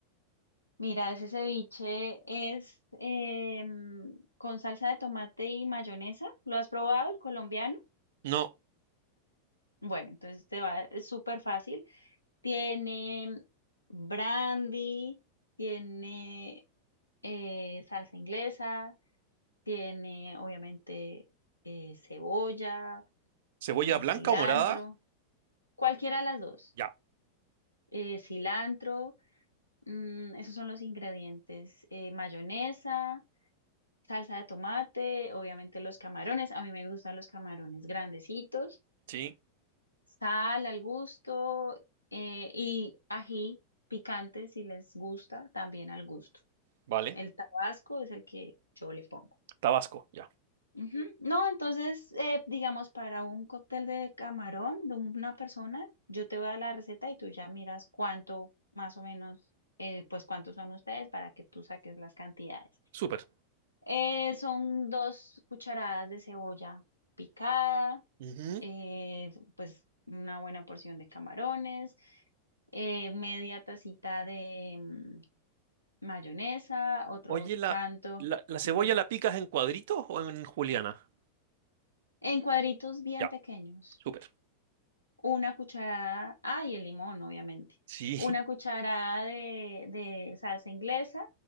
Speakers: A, on the left; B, on the right.
A: Mira, ese ceviche es em, con salsa de tomate y mayonesa. ¿Lo has probado, el colombiano?
B: No,
A: Bueno, entonces te va, es súper fácil. Tiene brandy, tiene eh, salsa inglesa, tiene obviamente eh, cebolla,
B: cebolla
A: eh,
B: blanca
A: cilantro,
B: o morada,
A: cualquiera de las dos.
B: ya.
A: Eh, cilantro, mm, esos son los ingredientes. eh, mayonesa. salsa de tomate, obviamente los camarones, a mí me gustan los camarones grandecitos,
B: Sí,
A: sal al gusto eh, y ají picante si les gusta, también al gusto.
B: vale.
A: El tabasco es el que yo le pongo.
B: Tabasco, ya.
A: Ujú. No, entonces, eh, digamos, para un cóctel de camarón de una persona, yo te voy a dar la receta y tú ya miras cuánto, más o menos, eh, pues cuántos son ustedes para que tú saques las cantidades.
B: Súper.
A: Eh, son dos cucharadas de cebolla picada,
B: Ujú.
A: eh, pues una buena porción de camarones, eh, media tacita de mm, mayonesa, otro
B: Oye, ¿la,
A: tanto
B: la, la cebolla
A: de...
B: la picas en cuadritos o en juliana?
A: en cuadritos bien
B: Ya,
A: pequeños.
B: súper.
A: Una cucharada, ah, y el limón, obviamente.
B: Sí,
A: Una cucharada de, de salsa inglesa,